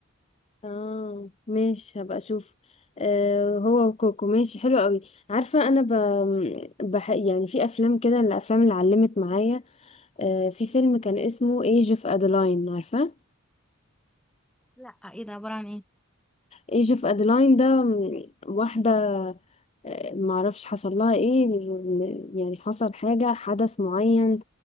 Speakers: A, on the left; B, in the centre.
A: اه ماشي هبقى اشوف آه هو وكوكو ماشي حلو قوي عارفه انا ب... بح... يعني في افلام كده الافلام اللي علمت معايا آه في فيلم كان اسمه ايج اوف ادلاين عارفه
B: لا ايه ده عبارة عن ايه
A: ايج اوف ادلاين ده م- واحده آه معرفش حصل لها ايه م- يعني حصل حاجه حدث معين